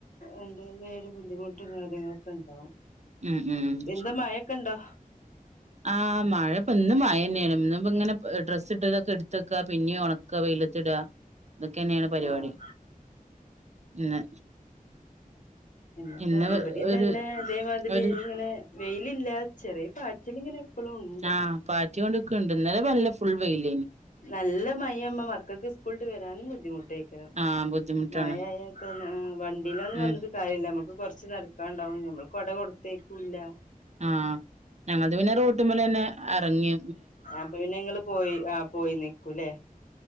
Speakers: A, on the left; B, on the right.
A: എന്തേലും ഒരു ബുദ്ധിമുട്ടും കാര്യങ്ങളൊക്കെ ഒണ്ടാവും
B: ഉം ഉം
A: എന്താ മയ കണ്ടോ
B: ആഹ് മഴപ്പോ ഇന്നും മഴ തന്നെയാണ് ഇന്ന് ഇപ്പോ ഇങ്ങനെ ഡ്രസ്സ് ഇട്ടതൊക്കെ എടുത്തക്ക പിന്നെ ഒണ ക്ക വെയിലത്തിടുക ഇതൊക്കെ തന്നെയാണ് പരിപാടി
A: ആഹ്
B: ഇന്ന്
A: ഇപ്പ
B: ഇന്ന്
A: ഇവിടെയും
B: ഒരു
A: തന്നെ ഇതേമാതിരി
B: ഒരു
A: ഇങ്ങനെ വെയിലില്ല ചെറിയ പ ച്ചിലങ്ങനെ എപ്പളും ഒണ്ട്
B: ആഹ് പാറ്റികൊണ്ട്ക്ക്ണ്ട് ഇന്നലെ നല്ല ഫുൾ വെയിലേനി
A: നല്ല മഴയമ്മ മക്കൾക്ക് സ്കൂളട്ട് വരാനും ബുദ്ധിമുട്ട്ക്കണം
B: ആഹ് ബുദ്ധിമുട്ടാണ്
A: മയായ വണ്ടീലാന്ന് പറഞ്ഞിട്ട്
B: ഉം
A: <unintelligible> നമുക്ക് കൊറച്ച് നടക്കാണ്ടാവും നമ്മള് കൊട കൊടുത്തേക്കൂല്ല
B: ആഹ് ഞങ്ങത് പിന്നെ റോട്ടുമ്മേല് തന്നെ എറങ്ങു
A: അപ്പ പിന്നെ ങ്ങള് പോയി ആഹ് പോയി നിൽക്കൂല്ലേ